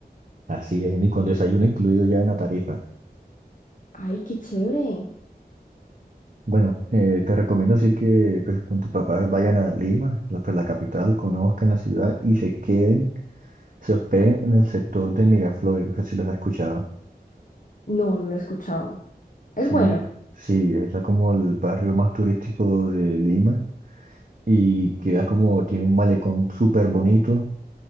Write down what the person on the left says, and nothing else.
Ay, qué chévere.
No, no lo he escuchado. Es
bueno.